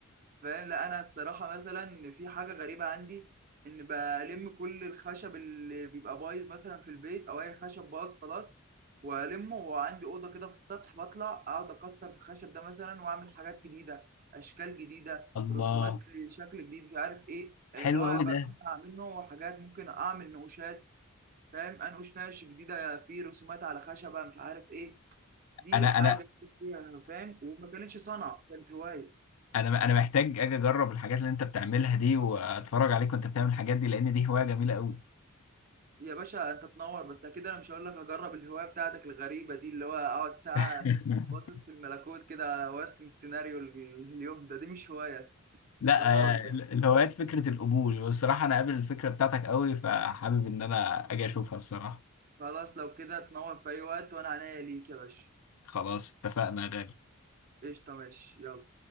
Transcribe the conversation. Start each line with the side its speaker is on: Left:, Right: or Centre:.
Right: فاهم لا انا الصراحه مثلا إن في حاجه غريبه عندي ان بلم كل الخشب اللي بيبقى بايظ مثلا في البيت او اي خشب باظ خلاص والمه وعندي اوضه كده في السطح بطلع اقعد اكسر في الخشب ده مثلا واعمل حاجات جديده اشكال جديده
Left: الله
Right: رسومات لشكل جديد مش عارف ايه اللي
Left: حلو
Right: هو
Left: قوي
Right: بجمع
Left: ده
Right: منه حاجات ممكن اعمل نقوشات فاهم انقش نقش جديده في رسومات على خشبه مش عارف ايه دي
Left: انا
Right: حاجه
Left: انا
Right: جديدة فيها فاهم وما كانتش صنعه كانت هوايه
Left: انا انا محتاج اجي اجرب الحاجات اللي انت بتعملها دي واتفرج عليك وانت بتعمل الحاجات دي لان دي هوايه جميله قوي
Right: يا باشا انت تنور بس اكيد انا مش هقول لك هجرب الهوايه بتاعتك الغريبه دي اللي هو اقعد ساعه
Left: <laughs>
Right: باصص في الملكوت كده وارسم السيناريو ال- اليوم ده دي مش هوايه
Left: لا
Right: ده مرض
Left: آه،
Right: بس
Left: الهوايات فكره القبول والصراحه انا قابل الفكره بتاعتك قوي فحابب ان انا اجي اشوفها الصراحه
Right: خلاص لو كده تنور في اي وقت وانا عنيا ليك يا باشا
Left: خلاص اتفقنا يا غالي.
Right: قشطه ماشي يلا